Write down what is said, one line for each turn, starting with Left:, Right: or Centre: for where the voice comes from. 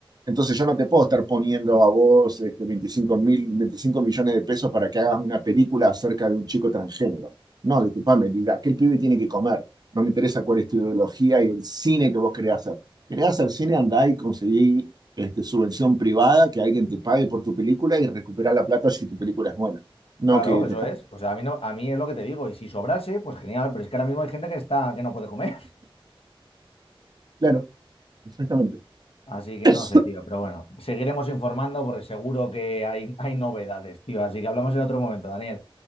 Right: Entonces yo no te puedo estar poniendo a vos este, 25 mil, 25 millones de pesos para que hagas una película acerca de un chico transgénero. No, discúlpame, digo, aquel pibe tiene que comer. No me interesa cuál es tu ideología y el cine que vos querés hacer. Querés hacer cine, andá y conseguí este, subvención privada, que alguien te pague por tu película y recuperar la plata si tu película es buena. No,
Left: Claro,
Right: que
Left: eso
Right: te está
Left: es. O sea, a mí no, a mí es lo que te digo. Y si sobrase, pues genial. Pero es que ahora mismo hay gente que está, que no puede comer. <laughs>
Right: claro, exactamente.
Left: Así que
Right: <coughs>
Left: no sé, tío. Pero bueno, seguiremos informando porque seguro que hay, hay novedades, tío. Así que hablamos en otro momento, Daniel.